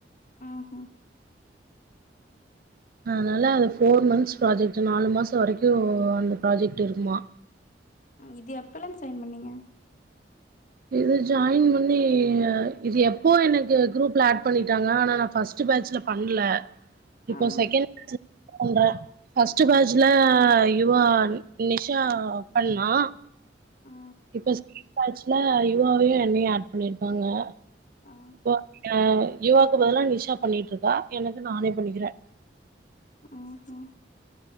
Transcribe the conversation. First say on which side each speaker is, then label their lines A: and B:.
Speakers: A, on the left; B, on the right.
A: ஆ ஆ
B: அதனால அது ஃபோர் மந்த்த்ஸ் ப்ராஜெக்ட் நாலு மாசோ வரைக்கு அந்த ப்ராஜெக்ட் இருக்குமா
A: இது எப்பேல்ல இருந்நு ஜாயின் பண்ணீங்க
B: இது ஜாயின் பண்ணி இது எப்போ எனக்கு குரூப்ல ஆட் பண்ணிட்டாங்க ஆனா நா ஃபர்ஸ்ட்டு பேட்சுல போயி பண்ணல இப்போ
A: ஆ
B: செகேண்ட் பேஜுல பண்ரே ஃபர்ஸ்ட்டு பேஜூல இவ நிஷா பண்ணா
A: ஆ
B: இப்போ செக்கேண்ட் பேஜ்ஜூல யவாவையு என்னயையு ஏட் பண்ணிருக்காங்க
A: ஆ
B: இப்போ யுவாக்கு பதில்லா நிஷா பண்ணிட்டு இருக்கா எனக்கு நானே பண்ணிக்கிறே
A: ஆ ஆ